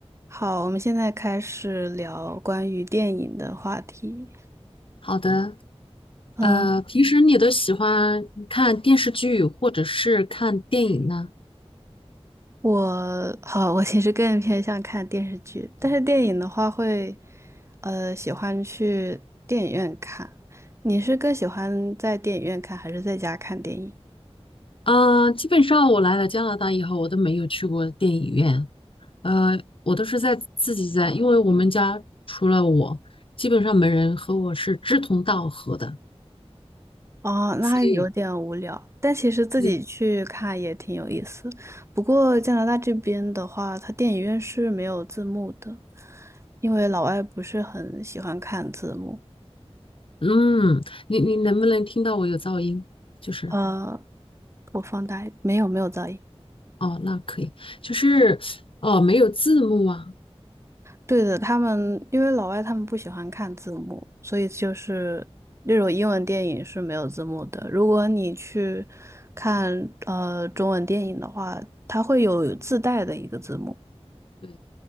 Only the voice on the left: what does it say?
好的，
呃，平时你都喜欢看电视剧或者是看电影呢？
啊、基本上我来了加拿大以后，我都没有去过电影院，呃，我都是在自己在，因为我们家除了我，基本上没人和我是志同道合的，
所以，
对
嗯，你你能不能听到我有噪音？就是，
哦，那可以，就是，哦，没有字幕啊，
对，